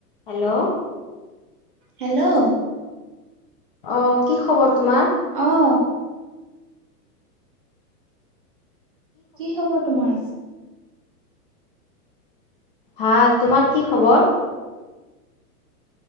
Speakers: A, on the left (about 35°); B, on the right (about 35°).
A: Hello
B: hello
A: অ কি খবৰ তোমাৰ
B: অ কি খবৰ তোমাৰ
A: ভাল তোমাৰ কি খবৰ